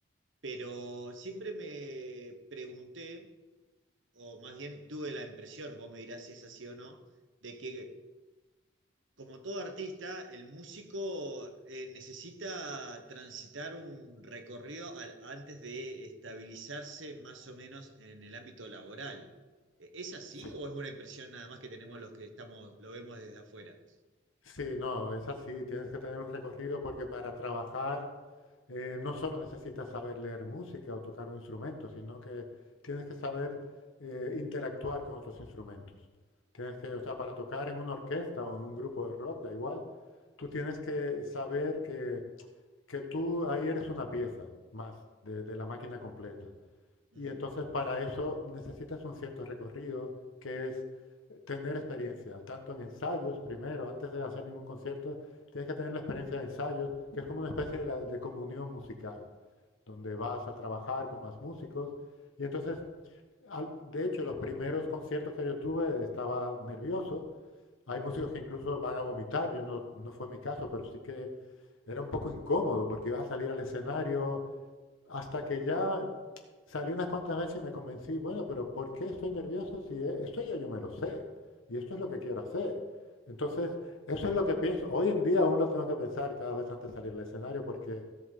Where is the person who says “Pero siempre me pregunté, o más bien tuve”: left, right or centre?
Right